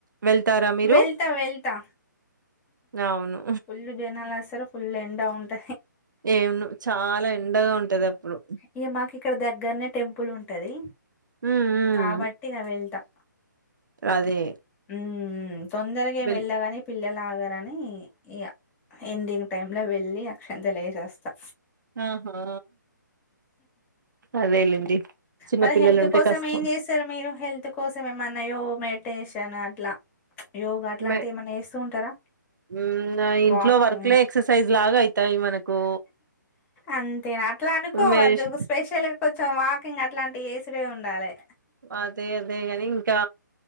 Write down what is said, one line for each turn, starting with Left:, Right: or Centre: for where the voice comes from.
Right: వెళ్తారా మీరు?
Left: వెళ్తా వెళ్తా
Right: అవును.
Left: ఫుల్ జనాలొస్తరు ఫుల్ ఎండ ఉం ట
Right: ఏవును చాలా ఎండగా ఉంటది అప్పుడు
Left: ఇగ మాకు ఇక్కడ దగ్గరనే టెంపుల్ ఉంటది
Right: హ్మ్. హ్మ్.
Left: కాబట్టి ఇగ వెళ్తా ఆ
Right: అదే
Left: ఉ తొందరగా ఏం
Right: వెల్
Left: ఎళ్ళగని పిల్లలా తరని ఇగ ఎండింగ్ టైమ్ ల వెళ్లి అక్షింతలు లేసస్తా
Right: ఆహా అదేలెండి. చిన్న
Left: మరి
Right: పిల్లలుంటే
Left: హెల్త్ కోసం
Right: కష్టం.
Left: ఏం చేస్తారు మీరు హెల్త్ కోసం ఏమన్నాయో మే మెడిటేషన్ అట్లా యోగ అట్లాంటివి
Right: మె
Left: ఏమన్నా చేస్తూ ఉంటారా
Right: హ్మ్. ఆ ఇంట్లో
Left: వాకింగ్
Right: వర్క్‌లే ఎక్సర్సైజ్ లాగా అయితాయి మనకు.
Left: అంతే నా అట్లా
Right: మెడిష్
Left: వద్దు స్పెషల్ కొంచెం వాకింగ్ అట్లాంటి చేసుడే ఉండాలే
Right: అదే అదేగాని ఇంకా